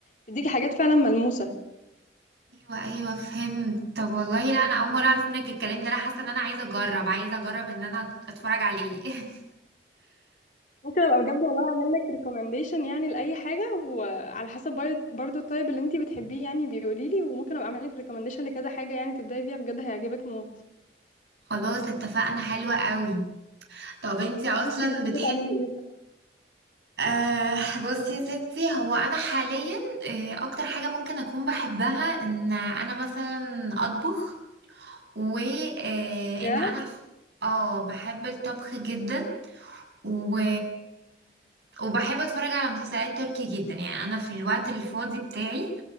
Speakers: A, on the left (about 45°); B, on the right (about 70°).
A: بيديكي حاجات فعلا ملموسه
B: ايوه ايوه فهمت طب والله لا انا اول مره اعرف منك الكلام ده انا حاسه ان انا عايزه اجرب عايزه اجرب ان انا اتفرج عليه <laughs>
A: ممكن ابقى بجد والله اعمل لك ريكومنديشن يعني لاي حاجه وعلى حسب برض- برضو التايب اللي انتي بتحبيه يعني بيقولي لي وممكن ابقى اعمل لك ريكومنديشن لكذا حاجه يعني تبداي بيها بجد هيعجبك موت
B: خلاص اتفقنا حلوة قوي طب انتي اصلا
A: انتي بتحبي
B: بتحب
A: تعملي ايه بقى
B: آه بصي يا ستي هو انا حاليا آه اكتر حاجة ممكن اكون بحبها ان انا مثلا اطبخ وان
A: بجد
B: انا اه بحب الطبخ جدا و... وبحب اتفرج على مسلسلات تركي جدا يعني انا في الوقت الفاضي بتاعي